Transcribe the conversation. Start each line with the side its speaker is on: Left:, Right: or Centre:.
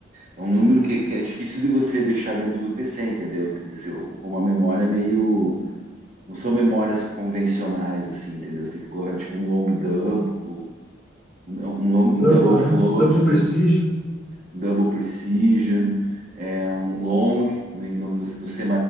Right: É um número que, que é difícil de você deixar dentro do PC, entendeu? Tem, tem, você ocupa uma memória meio... Não são memórias convencionais, assim, entendeu? Você tem que colocar, tipo, um long double, um, um, long,
Centre: Double,
Right: um double float,
Centre: né? Double precision,
Right: Double Precision, é um long, né, no, no, no C++,